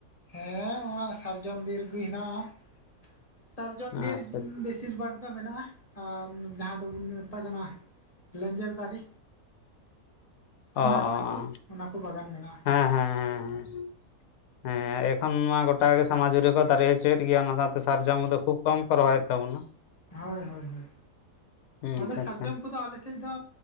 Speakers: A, on the left; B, on the left.
A: ᱦᱮᱸ ᱚᱱᱟ ᱥᱟᱨᱡᱚᱢ ᱵᱤᱨ ᱜᱮ ᱦᱮᱱᱟᱜᱼᱟ ᱥᱟᱨᱡᱚᱢ ᱵᱤᱨ
B: ᱟᱪᱪᱷᱟ
A: ᱵᱮᱥᱤ
B: ᱟᱪᱪᱷᱟ
A: ᱵᱤᱥᱤᱨ ᱵᱷᱟᱜᱽ ᱫᱚ ᱢᱮᱱᱟᱜᱼᱟ ᱟᱨ ᱡᱟᱦᱟᱸ ᱫᱚᱵᱚᱱ ᱢᱮᱛᱟᱜ ᱠᱟᱱᱟ ᱞᱮᱧᱡᱮᱨ ᱫᱟᱨᱮ ᱥᱚᱱᱟᱡᱷᱩᱲᱤ
B: ᱚ ᱚ
A: ᱠᱚ
B: ᱚ
A: ᱚᱱᱟ ᱠᱚ ᱵᱟᱜᱟᱱ ᱢᱮᱱᱟᱜᱼᱟ
B: ᱦᱮᱸ ᱦᱮᱸ ᱦᱮᱸ <inaudible> ᱦᱮᱸ ᱮᱠᱷᱚᱱ ᱢᱟ ᱜᱚᱴᱟ ᱜᱮ ᱥᱚᱱᱟ ᱡᱩᱨᱤ ᱠᱚ ᱫᱟᱨᱮ ᱦᱚᱪᱚᱭᱮᱫ ᱜᱮᱭᱟ ᱚᱱᱟ ᱥᱟᱶᱛᱮ ᱥᱟᱨᱡᱚᱢ ᱫᱚ ᱠᱷᱩᱵᱽ ᱠᱚᱢ ᱠᱚ ᱨᱚᱦᱚᱭᱮᱫ ᱛᱟᱵᱚᱱᱟ
A: ᱦᱳᱭ ᱦᱳᱭ ᱦᱳᱭ
B: ᱦᱩᱸ
A: ᱾ᱟᱫᱚ
B: ᱟᱪᱪᱷᱟ ᱟᱪᱪᱷᱟ
A: ᱥᱟᱨᱡᱚᱢ ᱠᱚᱫᱚ ᱟᱞᱮ ᱥᱮᱫ ᱥᱮᱫ ᱫᱚ